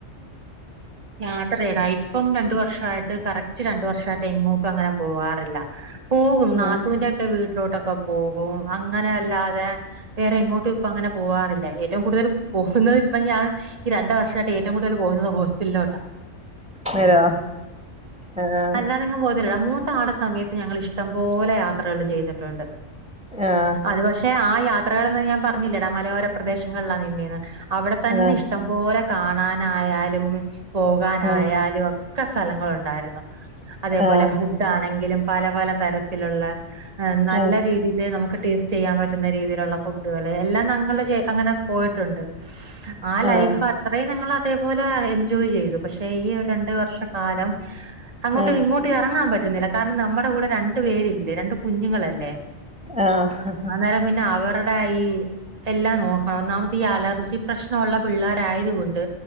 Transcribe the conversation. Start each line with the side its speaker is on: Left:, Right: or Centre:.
Right: യാത്രയെടാ ഇപ്പം രണ്ടു വർഷ വായിട്ട് കറക്റ്റ് രണ്ട് വർഷമായിട്ട് എങ്ങോട്ടും അങ്ങനെ പോവാറില്ല പോകും നാത്തൂവിന്റെയൊക്കെ
Centre: ആഹ്
Right: വീട്ടിലോട്ടൊക്കെ പോകും അങ്ങനെ അല്ലാതെ- വേറെ എങ്ങോട്ടും ഇപ്പ അങ്ങനെ പോവാറില്ല ഏറ്റവും കൂടുതല് പോകുന്നത് ഇപ്പ ഞാൻ- ഈ രണ്ട് വർഷമായിട്ട് ഏറ്റവും കൂടുതല് പോകുന്നത് ഹോസ് - യില്ലോട്ട
Centre: നേരോ ആഹ്
Right: അല്ല - എങ്ങും പൊതില്ലടാ മൂത്തയാടെ സമയത്ത് ഞങ്ങള് ഇഷ്ടം പോലെ യാത്രകള് ചെയ്തിട്ടുണ്ട്
Centre: ആഹ്
Right: അത് പക്ഷേ ആ യാത്രകൾയെന്ന് ഞാൻ പറഞ്ഞില്ലെടാ മലയോര പ്രദേശങ്ങളില നിന്നെന്ന് അവിടെ തന്നെ
Centre: ആഹ്
Right: ഇഷ്ട- ഇഷ്ടം പോലെ കാണാനായാലും പോകാനായാലും
Centre: ആഹ്
Right: ഒക്കെ സ്ഥലങ്ങളുണ്ടായിരുന്നു അതേപോലെ
Centre: ആഹ്
Right: ഫുഡാണെങ്കിലും പല പല തരത്തിലുള്ള നല്ല
Centre: ആഹ്
Right: രീതി- രീതിൽ നമുക്ക് ടേസ്റ്റ് ചെയ്യാൻ പറ്റുന്ന രീതിയിലുള്ള ഫുഡുകള് എല്ലാം ഞങ്ങള് അങ്ങനെ പോയിട്ടുണ്ട് ആ ലൈഫ്
Centre: ആഹ്
Right: അത്രയും ഞങ്ങള് അതേപോലെ എൻ - എൻജോയ് ചെയ്തു പക്ഷെ ഈ രണ്ട് വർഷ കാലം അങ്ങോട്ടും
Centre: ആഹ്
Right: ഇങ്ങോട്ടു - ട്ട് എറങ്ങാൻ പറ്റുന്നില്ല കാരണം നമ്മടെ കൂടെ രണ്ടു പേരില്ലേ രണ്ട് കുഞ്ഞുങ്ങളല്ലേ-
Centre: ആഹ ഹ ഹ ഹ
Right: അന്നേരം പിന്നെ അവരുടെ ഈ എല്ലാം നോക്കണം ഒന്നാമത് ഈ അലർജി പ്രശ്നം ഒള്ള - പിള്ളാരായത് കൊണ്ട്